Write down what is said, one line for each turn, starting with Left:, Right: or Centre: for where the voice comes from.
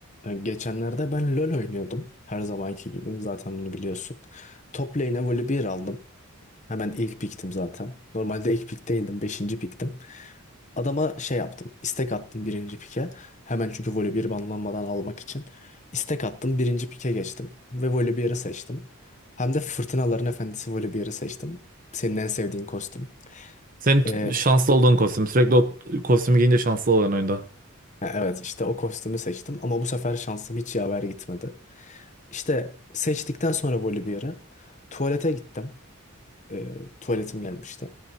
Left: Yani Geçenlerde ben LoL oynuyordum. Her zamanki gibi. Zaten bunu biliyorsun. Top lane'e Volibear aldım. Hemen ilk piktim zaten. Normalde ilk pik değildim. Beşinci piktim. Adama şey yaptım. istek attım birinci pike. Hemen çünkü Volibear banlanmadan almak için. İstek attım. Birinci pike geçtim. Ve Volibear'ı seçtim. Hem de Fırtınaların Efendisi Volibear'ı seçtim. Senin en sevdiğin kostüm.
Right: Senin
Left: Ee,
Right: t- şanslı olduğun kostüm. Sürekli o kostümü giyince şanslı oluyorsun oyunda.
Left: evet işte o kostümü seçtim. Ama bu sefer şansım hiç yaver gitmedi. İşte seçtikten sonra Volibear'ı tuvalete gittim. Ee, tuvaletim gelmişti.